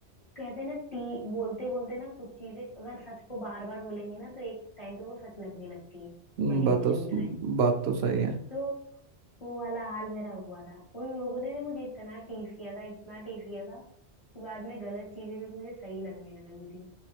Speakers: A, on the left (about 30°); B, on the right (about 70°).
A: कहते हैं ना टी बोलते बोलते ना कुछ चीजें अगर सच को बार बार बोलेंगे ना तो एक टाइम पे वो सच लगने लगती है
B: हम्म,
A: भले
B: बात
A: ही वो झूठ
B: तो
A: रहे
B: बात तो सही है
A: तो वो वाला हाल मेरा हुआ था उन लोगों ने भी मुझे इतना टीज किया था इतना टीज किया था कि बाद में गलत चीजें भी मुझे सही लगने लगी थी